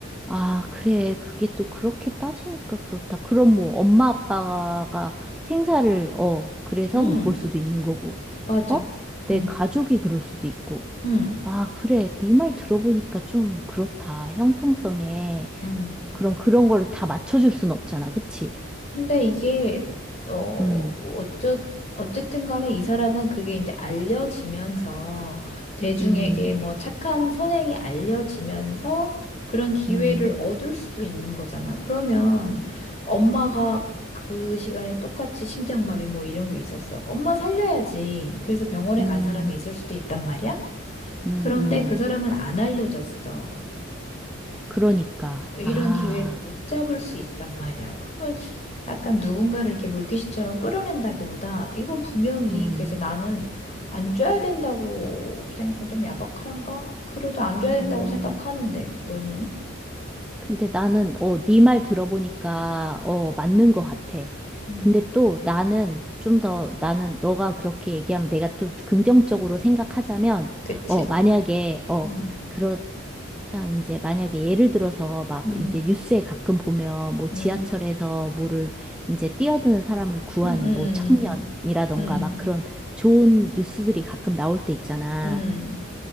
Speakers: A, in the centre; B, on the left.
A: 아, 그래. 그게 또 그렇게 따지니까 그렇다. 그럼 뭐 엄마 아빠가 생사를 어, 그래서
B: 응,
A: 못 볼 수도 있는 거고.
B: 맞아.
A: 어? 내
B: 응,
A: 가족이 그럴 수도 있고.
B: 응,
A: 아, 그래. 네 말 들어보니까 좀 그렇다. 형평성에
B: 응.
A: 그런 그런 거를 다 맞춰 줄 순 없잖아. 그치?
B: 근데 이게 어
A: 음.
B: 어쩌 어쨌든 간에 이 사람은 그게 이제 알려지면서 대중에게
A: 음.
B: 뭐 착한 선행이 알려지면서 그런 기회를
A: 음.
B: 얻을 수도 있는 거잖아. 그러면 엄마가 그 시간에 똑같이 심장마비 뭐 이런 게 있었어. 엄마 살려야지. 그래서 병원에
A: 음.
B: 간 사람이 있을 수도 있단 말이야.
A: 음.
B: 그런데
A: 음.
B: 그 사람은 안 알려졌어.
A: 그러니까.
B: 이런
A: 아.
B: 기회를 못 잡을 수 있단 말이야. 그러면 약간 누군가를 이렇게 물귀신처럼 끌어낸다기보다 이건 분명히
A: 음.
B: 그래서 나는 안 줘야 된다고 생좀 야박한가? 그래도 안 줘야 된다고
A: 음.
B: 생각하는데 너는?
A: 근데 나는, 어, 네 말 들어보니까, 어, 맞는 것 같아.
B: 음,
A: 근데 또 나는 좀 더, 나는 너가 그렇게 얘기하면 내가 또 긍정적으로 생각하자면,
B: 그치?
A: 어, 만약에, 어,
B: 음,
A: 그렇, 다 이제 만약에 예를 들어서 막
B: 음,
A: 이제 뉴스에 가끔 보면 뭐 지하철에서
B: 음,
A: 뭐를 이제 뛰어드는 사람을 구한
B: 음, 음,
A: 뭐 청년이라던가
B: 음, 음,
A: 막 그런 좋은 뉴스들이 가끔 나올 때 있잖아.
B: 음, 음.